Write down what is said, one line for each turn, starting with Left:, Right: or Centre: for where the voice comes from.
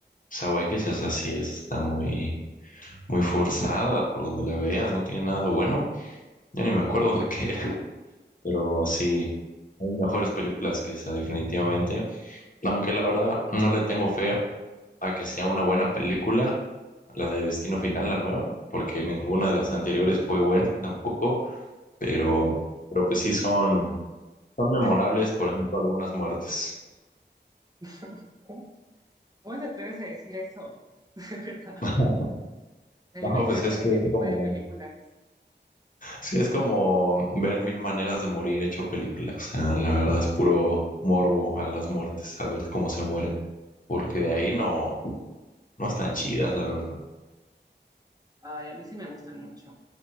Left: Sao X, esa sí está muy, muy forzada por donde la veas, no tiene nada bueno. Ya ni me acuerdo de qué era, pero sí, hay mejores películas que esa definitivamente. Aunque la verdad no le tengo fe a que sea una buena película, la de Destino Final, la nueva, porque ninguna de las anteriores fue buena tampoco, pero, pero pues sí son, son memorables,
Right: <gasps>
Left: por ejemplo, algunas muertes.
Right: <laughs> ¿Cómo te atreves a decir eso? <laughs> De verdad.
Left: <laughs>
Right: A mí
Left: No,
Right: me encantan
Left: pues es
Right: ese
Left: que es
Right: tipo
Left: como,
Right: de películas.
Left: es que es como ver mil maneras de morir hecho película. O sea, la verdad es puro morbo a las muertes, a ver cómo se mueren. Porque de ahí no, no están chidas, la verdad.
Right: Ay, a mí sí me gustan mucho.